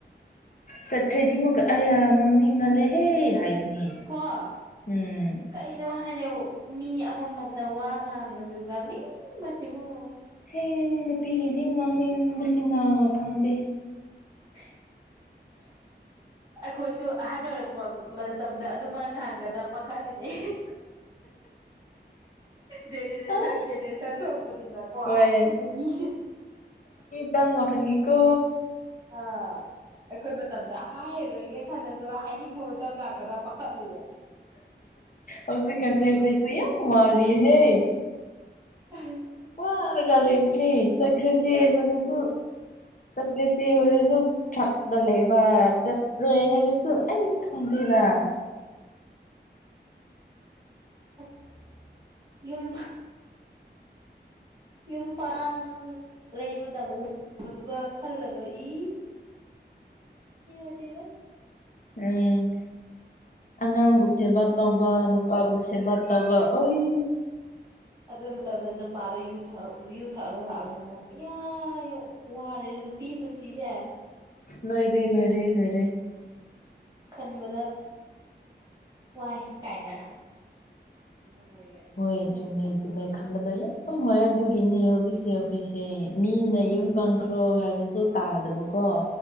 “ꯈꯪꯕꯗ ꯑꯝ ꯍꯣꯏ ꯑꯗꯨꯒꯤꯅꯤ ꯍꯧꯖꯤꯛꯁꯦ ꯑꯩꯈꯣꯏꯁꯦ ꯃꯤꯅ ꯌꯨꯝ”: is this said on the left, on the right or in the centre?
Left